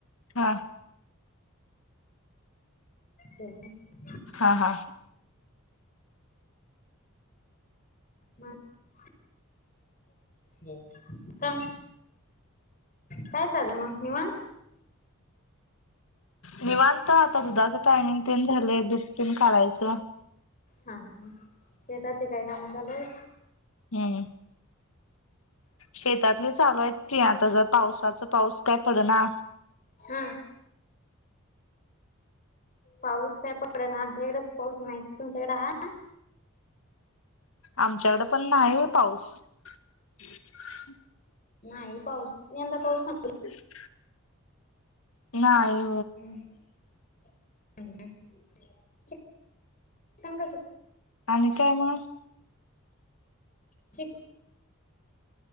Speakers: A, on the left; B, on the left.
A: हा
B: हो ग
A: हा, हा
B: ह हो का काय चालं मग निवांत
A: निवांत आता दुधाचं टायमिंग न झाले दूध तेन काढायचं
B: हा, हा शेताची काय काम चालू आहेत
A: हम्म शेतातले चालू आहेत की आत आता जर पावसाचा पाऊस काय पडना
B: हा पाऊस काय पडना आमच्याकडे पाऊस नाही तुमच्याकडे हाय
A: आमच्याकडे पण नाही पाऊस <inaudible>
B: नाही पाऊस यंदा पाऊस नाही
A: ह नाही
B: हम्म अ पण कसं
A: आणि काय मग
B: च